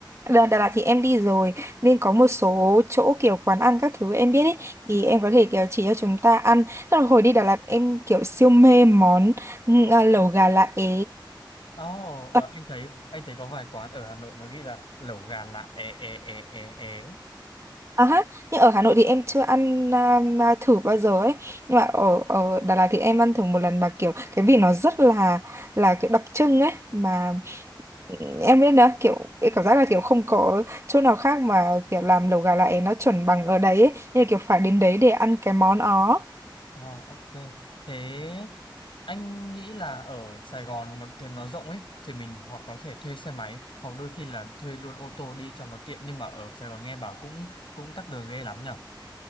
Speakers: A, on the right (about 35°); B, on the left (about 85°).
A: Đà, Đà Lạt thì em đi rồi nên có một số chỗ kiểu quán ăn các thứ em biết ý, thì em có thể kiểu chỉ cho chúng ta ăn Tức là hồi đi Đà Lạt em kiểu siêu mê món ừ, à, lẩu gà lá é
B: Ồ,
A: Ờ,
B: ờ, anh thấy anh thấy có vài quán ở Hà Nội nó ghi là lẩu gà lạ é é é é é
A: À, ha. Nhưng ở Hà Nội thì em chưa ăn um, à, mà thử bao giờ ấy nhưng mà ở ở Đà Lạt thì em ăn thử một lần mà kiểu cái vị nó rất là là kiểu đặc trưng ấy mà em biết đó kiểu em cảm giác là kiểu không có chỗ nào khác mà kiểu làm lẩu gà lại nó chuẩn bằng ở đấy ấy. Như là kiểu phải đến đấy để ăn cái món đó
B: Ờ, ok. Thế anh nghĩ là ở Sài Gòn mà thì nó rộng ấy thì mình hoặc có thể thuê xe máy hoặc đôi khi là thuê luôn ô tô đi cho nó tiện nhưng mà ở Sài Gòn nghe bảo cũng cũng tắc đường ghê lắm nhở.